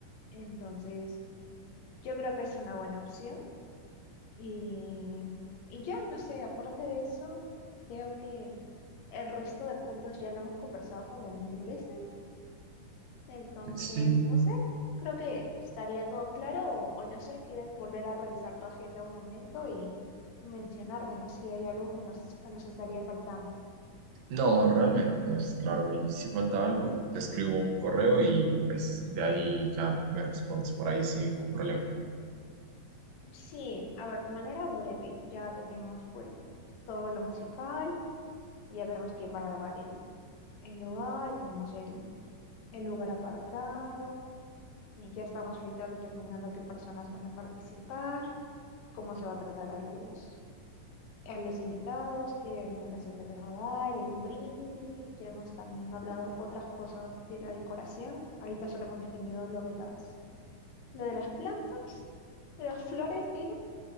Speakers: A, on the left; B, on the right.
A: Entonces, yo creo que es una buena opción y, y ya, no sé, aparte de eso, creo que el resto de puntos ya lo hemos conversado como mil veces. Entonces,
B: Sí,
A: no sé, creo que estaría todo claro o, o no sé, quieres volver a revisar tu agenda un momento y mencionarme, ¿no? Si hay algo que nos, que nos estaría faltando.
B: no, realmente todo está claro y si falta algo, te escribo un correo y pues de ahí ya me respondes por ahí sin ningún problema.
A: Sí, a ver, de manera breve, ya tenemos pues todo lo musical, ya tenemos quién va a grabar el, el lugar, tenemos el, el lugar apartado, y ya estamos ahorita determinando qué personas van a participar, cómo se va a tratar a los, a los invitados, qué alimentación se les va a dar, el brindis, ya hemos también hablado otras cosas de la decoración, ahorita solo hemos definido lo de las, lo de las plantas, de las <laughs> flores, sí,